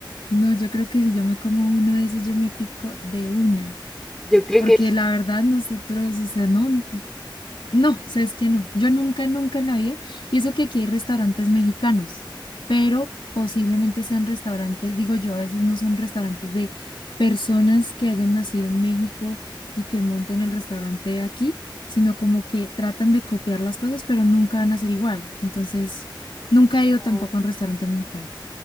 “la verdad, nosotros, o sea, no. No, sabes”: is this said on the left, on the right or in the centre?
Left